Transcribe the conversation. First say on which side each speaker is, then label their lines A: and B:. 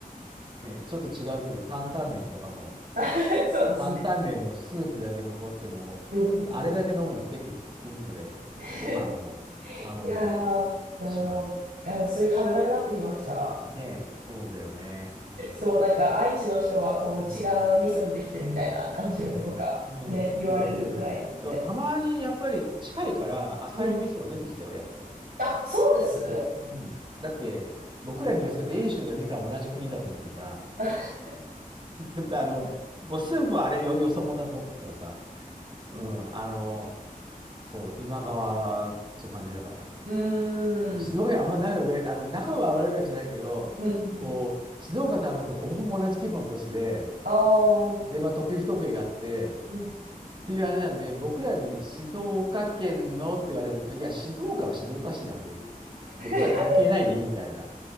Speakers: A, on the right; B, on the right.
A: ね、ちょっと違うけど、担々麺とかも、
B: <laughs> そうですね。
A: 担々麺のスープだけ残っても、
B: うんうんうん。
A: あれだけ飲むの結構きついので、
B: <laughs>
A: ご飯を頼んだり
B: いやー、でも、
A: します。
B: あ、そういう食べたくなってきました。
A: ねえ、そうだよね。うん。
B: そう、なんか愛知の人はこう違う味噌でできてるみたいな感じのことがね、
A: ねえ、ねえ、ねえ、
B: 言われるくらいなんで。
A: そうそう。だからたまにやっぱり近いから赤い味噌は出てきたよ、
B: うん。
A: やっぱり。
B: あ、そうです
A: うん。だって、僕らに言わせると、遠州とみかんは同じ国だと思ってるから、
B: <laughs> う
A: <laughs> だってあの、もう駿府はあれよ、よそ者だと思ってるからさ、うん、あの、そう、今川っていう感じだから、
B: ーん。
A: そう静岡県あんま仲良く、あの、仲は悪いわけじゃないけど、
B: うん。
A: こう、静岡とあんまりとほぼほぼ同じ規模の都市で、
B: ああ。
A: で、まあ、得意不得意があって、
B: うん。
A: っていうあれなんで、僕らに静岡県のって言われると、いや、静岡は静岡市だって、
B: <laughs>
A: 僕ら関係ないね、みたいな。